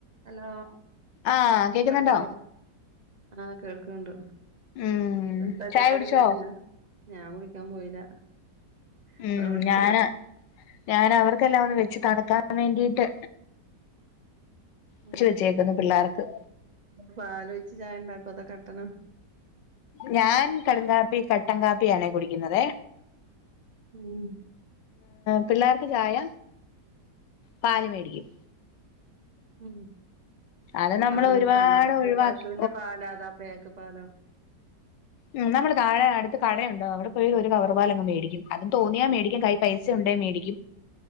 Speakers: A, on the right; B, on the left.
A: hello
B: ആഹ് കേക്കുന്നുണ്ടോ
A: കേൾക്കാവോ ആഹ കേൾക്കണ്ട്
B: ഉം
A: എന്താ
B: ചായ
A: ചായുടി
B: കുടിച്ചോ
A: കയ്ഞ്ഞ ഞാൻ കുടിക്കാൻ പോയില്ല ഇങ്ങള്
B: ഉം
A: കുടിച്ചോ
B: ഞാന ഞാന് അവർക്കെല്ലാം ഒന്ന് വെച്ച് തണക്കാൻ വേണ്ടിട്ട്
A: ഉ
B: വെച്ച് വെച്ചേക്കുന്നു പിള്ളേർക്ക്
A: പാലോയ്ച്ച ചായ ഉണ്ടാക്കോ അതോ കട്ടനോ
B: ഞാൻ കടുംകാപ്പി കട്ടൻ കാപ്പിയാണേ കുടിക്കുന്നത്
A: ഉം
B: പിള്ളേർക്ക് ചായ പാല് മേടിക്കും
A: ഉം
B: അത് നമ്മൾ
A: പാല് കിട്ടാണ്ട
B: ഒരുപാട്
A: അട്ത്ത്
B: ഒഴിവാക്കി
A: പശുന്റെ പാലാ അതോ പേക്ക് പാലോ
B: ഉ നമ്മള് താഴേ അടുത്ത് കടയുണ്ടേ അവിടെ പോയി ഒരു കവറ്പാലാങ് മേടിക്കും അതും തോന്നിയാൽ മേടിക്കുംകയ്യി പൈസ ഉണ്ടേൽ മേടിക്കും